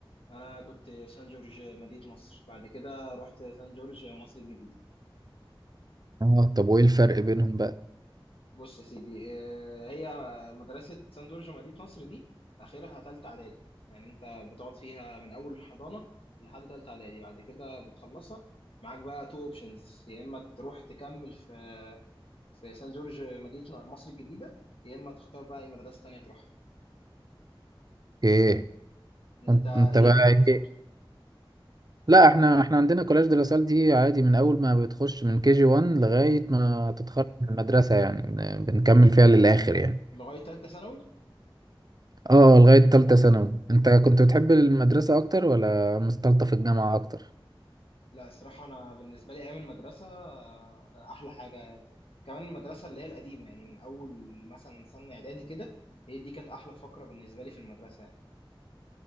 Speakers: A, on the left; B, on the right.
A: انا كنت في سان جورج مدينة نصر بعد كده رحت سان جورج مصر الجديدة
B: اه طب وايه الفرق بينهم بقى
A: بص يا سيدي آه، هي مدرسة سان جورج مدينة نصر دي اخرها تالتة اعدادي يعني انت بتقعد فيها من اول الحضانة لحد تالتة اعدادي بعد كده بتخلصها معاك بقى تو اوبشنز يا اما تروح تكمل في في سان جورج مدينة مصر الجديدة يا اما تختار بقى اي مدرسة تانية تروحها
B: ايه
A: انت
B: انت
A: ايه
B: إنت بقى
A: بقى نظام
B: ايه لا احنا احنا عندنا كولاج دي لاسال دي عادي من اول ما بتخش من كي جي 1 لغاية ما تتخرج من المدرسة يعني بن- بنكمل فيها للآخر يعني
A: لغايه ثالثه ثانوي
B: اه لغاية تالتة ثانوي انت كنت بتحب المدرسة اكتر ولا مستلطف الجامعة اكتر
A: لا الصراحه انا بالنسبه لي ايام المدرسه آه، احلى حاجه كمان المدرسه اللي هي القديمه يعني من اول مثلا سنه اعدادي كده هي دي كانت احلى فقره بالنسبه لي في المدرسه يعني